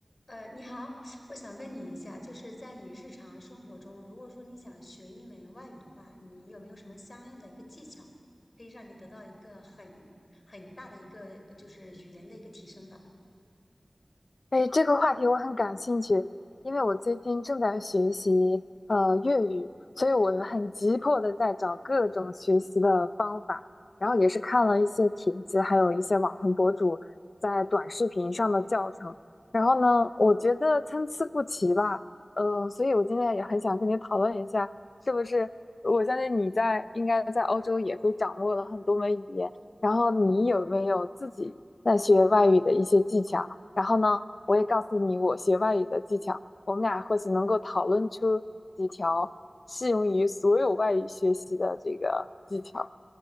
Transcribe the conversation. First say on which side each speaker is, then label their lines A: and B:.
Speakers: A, on the left; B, on the left.
A: 呃，你好，我想问你一下，就是在你日常生活中，如果说你想学一门外语的话，你有没有什么相应的一个技巧，可以让你得到一个很很大的一个呃就是语言的一个提升的？
B: 哎，这个话题我很感兴趣，因为我最近正在学习呃粤语，所以我很急迫的在找各种学习的方法，然后也是看了一些帖子，还有一些网红博主在短视频上的教程，然后呢，我觉得参差不齐吧，呃，所以我今天也很想跟你讨论一下，是不是我相信你在应该在欧洲也会掌握了很多门语言，然后你有没有自己在学外语的一些技巧？然后呢，我也告诉你我学外语的技巧，我们俩或许能够讨论出几条适用于所有外语学习的这个技巧。